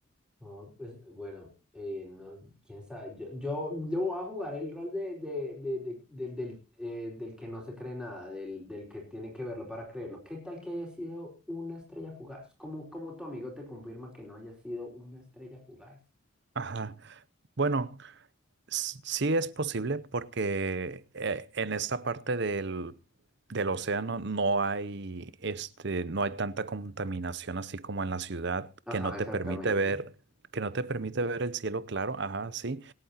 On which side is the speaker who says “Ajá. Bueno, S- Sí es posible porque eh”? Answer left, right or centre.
Right